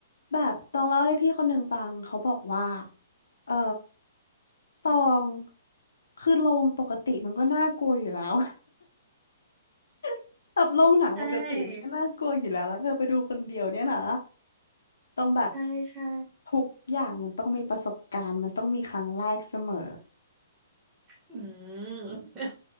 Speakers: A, on the left; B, on the right.
A: แบบตองเล่าให้พี่คนหนึ่งฟังเขาบอกว่าเออตองคือโรงปกติมันก็น่ากลัวอยู่แล้ว <laughs> แบบโรงหนังปกติมันก็น่ากลัวอยู่แล้วแล้วเธอไปดูคนเดียวเนี่ยนะ
B: ใช่
A: ต้องแบบ
B: ใช่ใช่
A: ทุกอย่างมันต้องมีประสบการณ์มันต้องมีครั้งแรกเสมอ
B: อืม